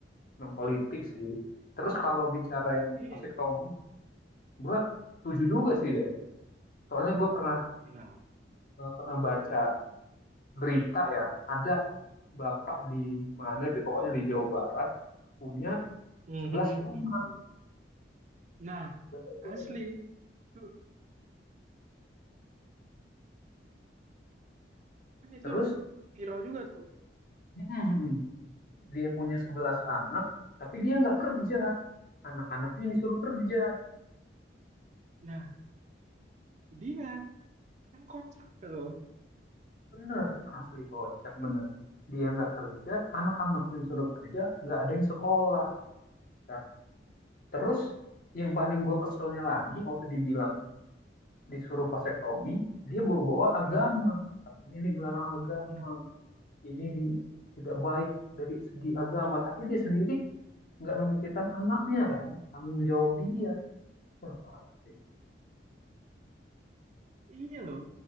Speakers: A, on the left; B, on the right.
A: memang politik sih terus kalau bicara yang
B: iya,
A: Pak Sekto ngomong gue setuju juga sih Dan soalnya gue pernah
B: iya.
A: eh, pernah baca berita ya ada bapak di mana tuh pokoknya di Jawa Barat punya
B: Hmm,
A: sebelas
B: hmm, hmm,
A: anak
B: hmm. Nah,
A: Bapak itu
B: asli.
A: kan, ya.
B: itu kan itu
A: terus
B: viral juga tuh.
A: Mm-mm. dia punya 11 anak tapi dia nggak kerja anak-anaknya disuruh kerja
B: Nah, dia kan kocak tuh.
A: Bener, asli kocak bener. Dia nggak kerja, anak-anaknya disuruh kerja, nggak ada yang sekolah. Nah, terus yang paling gue keselnya lagi waktu dibilang disuruh vasektomi, dia bawa-bawa agama. Katanya ini dilarang agama,
B: Nah,
A: ini di, tidak baik dari segi agama. Tapi dia sendiri nggak memikirkan anaknya kan, tanggung jawab dia. Wah, parah sih.
B: iya loh.